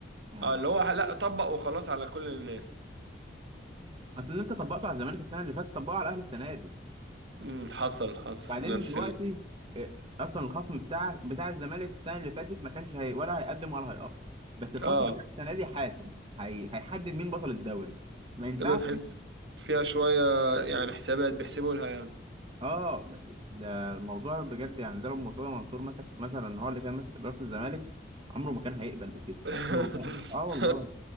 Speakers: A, on the right; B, on the right.
A: يعني
B: اه اللي هو لا طبق وخلاص على كل الناس
A: أصل اللي أنت طبقته على الزمالك السنة اللي فاتت طبقه على الأهلي السنة دي
B: امم حصل حصل
A: بعدين
B: نفس
A: دلوقتي
B: ال
A: آه، اصلا الخصم بتاع بتاع الزمالك السنه اللي فاتت ما كانش هي ولا هيقدم ولا هيأخر بس الخصم
B: اه
A: بتاع السنه دي حاسم هي... هيحدد مين بطل الدوري ما ينفعش
B: كده تحس فيها شوية يعني حسابات بيحسبوا لها يعني
A: اه ده الموضوع بجد يعني ده لو مرتضى منصور مسك مثلا هو اللي كان ماسك اداره الزمالك عمره ما كان هيقبل بكده
B: <laughs>
A: عمره ما كان اه والله